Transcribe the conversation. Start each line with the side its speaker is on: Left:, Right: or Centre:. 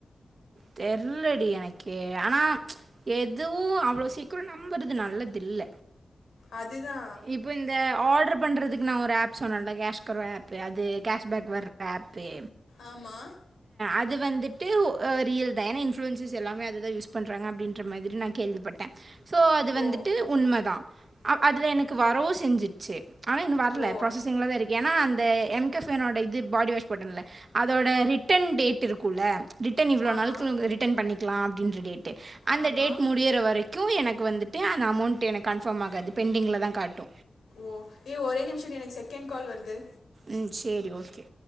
Right: தெர்லடி எனக்கே ஆனா எதுவு அவ்ளோ சீக்கிர நம்புறது நல்லது இல்ல
Left: அதுதா
Right: இப்போ இந்த ஆர்ட்ரு பண்றதுக்கு நா ஒரு ஆப் சொன்னேன்ல கேஷ்கர ஆப்பே அது கேஷ்பேக் வர்ற ஆப்பே
Left: ஆமா
Right: அது வந்துட்டு ஆ ரியல் தா ஏன்னா இன்ஃப்ளூயர்ஸ் எல்லாமே அதுதா யூஸ் பண்றாங்க அப்டின்ற மாதிரி நா கேள்விப்பட்ட ஸோ அது வந்துட்டு
Left: ஓ
Right: உண்மதா ஆ அதுல எனக்கு வரவு செஞ்சுச்சு ஆனா இன்னு வர்ல
Left: ஓ
Right: ப்ரொசசிங்ல தா இருக் ஏன்னா அந்த எம்கெஃபனோட இது பாடி வாஷ் போட்டன்ல அதோட ரிட்டன் டேட் இருக்குல்ல ரிட்டன் இவ்வளோ
Left: ஆமாம்
Right: நாளுக்குள்ள நம்ம ரிட்டன் பண்ணிக்கலா அப்டின்ற டேட்டு அந்த
Left: ஆமாம்
Right: டேட் முடியிற வரைக் கு எனக்கு வந்துட்டு அந்த அமௌண்ட் எனக்கு கன்ஃபார்ம் ஆகாது பெண்டிங்கில் தா காட்டு
Left: ஓ ஏ ஒரே நிமிஷன்டி எனக்கு செகண்ட் கால் வருது
Right: ம் சேரி ஓகே